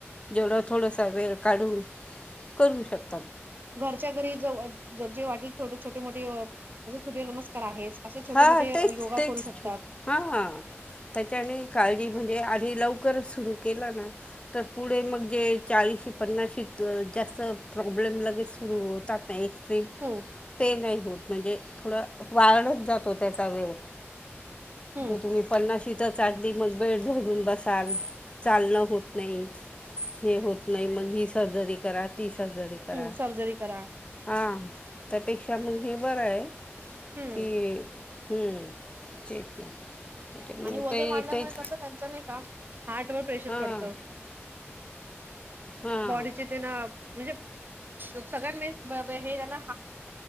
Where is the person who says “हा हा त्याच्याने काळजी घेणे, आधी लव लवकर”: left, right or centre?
Left